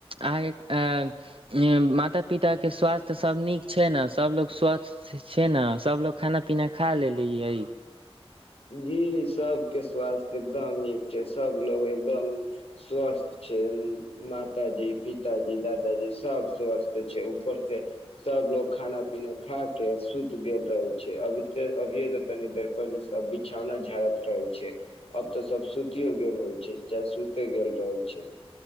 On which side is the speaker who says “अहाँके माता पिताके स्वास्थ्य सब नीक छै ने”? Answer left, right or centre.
Right